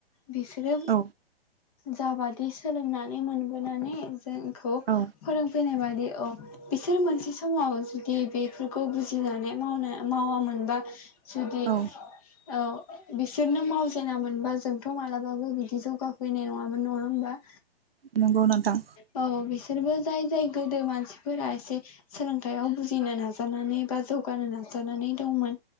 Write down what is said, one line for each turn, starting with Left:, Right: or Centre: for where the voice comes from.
Left: बिसोरो
Right: औ
Left: जाबादि सोलोंनानै मोनबोनानै जोंखौ
Right: औ
Left: फोरोंफैनाय बायदि अ बिसोर मोनसे समाव जुदि बेफोरखौ बुजिनानै मावनो मावा मोनबा जुदि
Right: औ
Left: औ बिसोरनो मावजेना मोनबा जोंथ' मालाबाबो बिदि जौगाफैनाय नङामोन नङा होमबा
Right: नोंगौ नोंथां
Left: औ बिसोरबो जाय जाय गोदो मानसिफोरा एसे सोलोंथायाव बुजिनो नाजानानै बा जौ गानो नाजानानै दंमोन